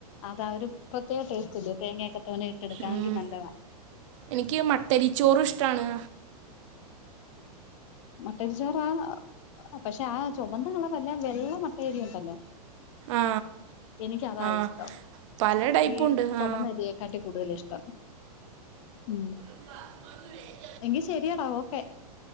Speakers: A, on the left (about 50°); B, on the right (about 50°).
A: അതാ ഒരു പ്രത്യേക ടേസ്റ്റ്ല്ലോ തേങ്ങയൊക്കെ തോനെ ഇട്ട്ടുക്കാമെങ്കിൽ
B: ഉം
A: നല്ലതാണ്
B: എനിക്ക് മട്ടരിച്ചോറും ഇഷ്ടമാണ്
A: മട്ടൊരി ചോർ ആ പക്ഷെ ആ ചുമന്ന കളർ വല്ല വെള്ളമട്ട അരിയും ഉണ്ടല്ലോ
B: ആ
A: എനിക്ക് അതാ
B: ആ
A: ഇഷ്ടം
B: പല ടൈപ്പുണ്ട്
A: ഈ ചുമന്നരിയേക്കാട്ട്
B: ആ
A: കൂടുതൽ ഇഷ്ടം ഉം
B: വ അതുഴ
A: എങ്കി ശരിയടാ ഓക്കെ